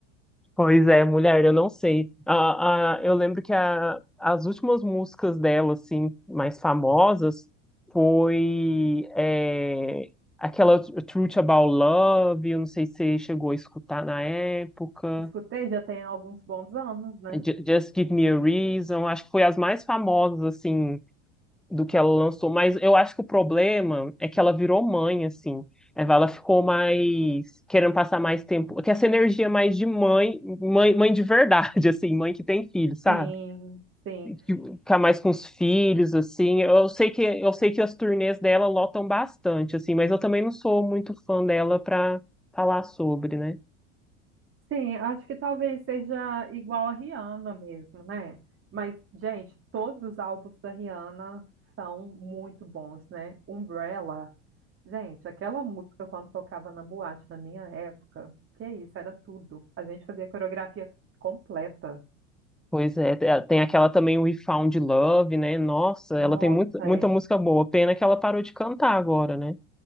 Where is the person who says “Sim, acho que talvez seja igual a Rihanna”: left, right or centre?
Right